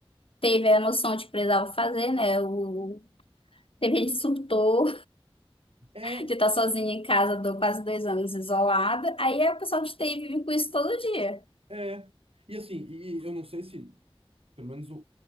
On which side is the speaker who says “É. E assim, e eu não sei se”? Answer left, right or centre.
Right